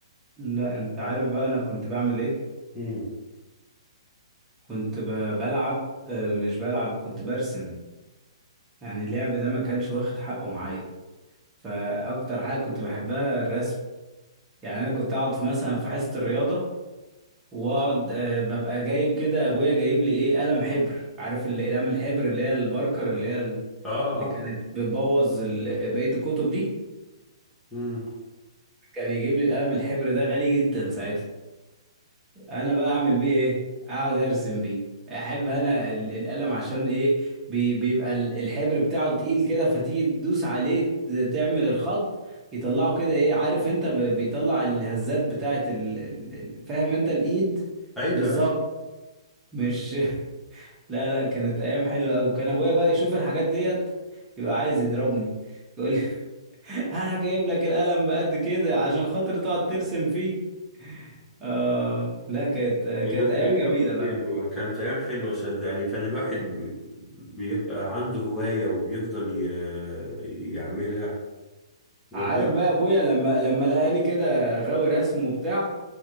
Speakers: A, on the right; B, in the centre.
A: لا انت عارف بقى انا كنت بعمل ايه
B: امم
A: كنت ب- بلعب آه، مش بلعب كنت برسم يعني اللعب ده ما كانش واخد حقه معايا فاكتر حاجة كنت بحبها الرسم يعني انا كنت اقعد في مثلا في حصه الرياضه واقعد آه، ببقى جايب كده ابويا جايب لي ايه قلم حبر عارف اللي اقلام الحبر اللي هي الباركر اللي هي ال-
B: اه
A: اللي
B: اه
A: كانت بتبوظ ال- بقيه الكتب دي
B: امم
A: كان يجيب لي القلم الحبر ده غالي جدا ساعتها انا بقى اعمل بيه ايه اقعد ارسم بيه احب انا ال- القلم عشان ايه بي- بيبقى ال- الحبر بتاعه تقيل كده فتيجي تدوس عليه ت- تعمل الخط يطلعه كده ايه عارف انت ب- بيطلع الهزات بتاعه ال... ال... ال- فاهم انت الايد
B: ايوه
A: بالظبط
B: ايوه
A: مش <laughs> لا لا كانت ايام حلوه قوي كان ابويا بقى يشوف الحاجات ديت يبقى عايز يضربني يقول لي <laughs> انا جايب لك القلم بقد كده عشان خاطر تقعد ترسم فيه اه لا كانت كانت
B: كانت
A: ايام
B: ايام
A: جميله بقى
B: حلوه كانت ايام حلوه صدقني كان الواحد بي- بيبقى عنده هوايه وبيفضل ي... يعملها وكان
A: عارف بقى ابويا لما لما لقاني كده غاوي رسم وبتاع